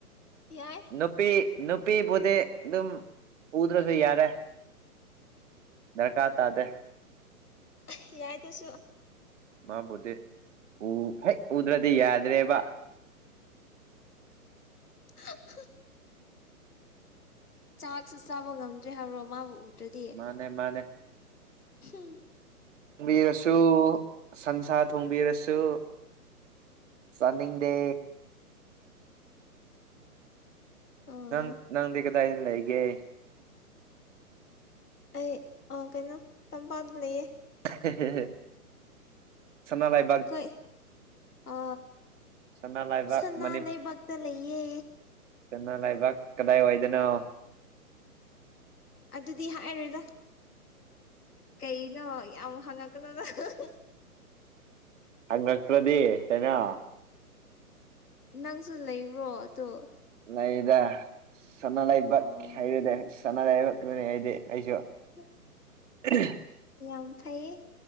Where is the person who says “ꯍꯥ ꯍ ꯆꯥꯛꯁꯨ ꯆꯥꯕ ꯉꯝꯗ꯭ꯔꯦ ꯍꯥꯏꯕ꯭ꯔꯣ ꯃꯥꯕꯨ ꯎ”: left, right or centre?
Left